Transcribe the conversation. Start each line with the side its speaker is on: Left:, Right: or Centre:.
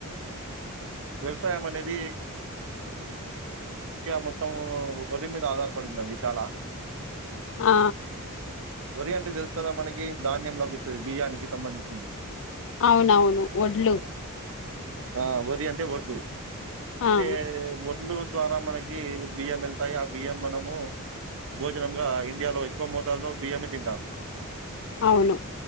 Right: వ్యవసాయం అనేది ఇండియా మొత్తం వరి మీద ఆధారపడిందండి చాలా
Left: ఆ
Right: వరి అంటే తెలుసు కదా మనకి ధాన్యం లభిస్తుది బియ్యానికి సంబంధించింది
Left: అవునవును ఒడ్లు
Right: ఆ వది అంటే ఒడ్లు ఐతే
Left: ఆ
Right: ఒడ్లు ద్వారా మనకి బియ్యం వెళ్తాయి ఆ బియ్యం మనము భోజనంగా ఇండియాలో ఎక్కువ మోతాదులో బియ్యమే తింటారు
Left: అవును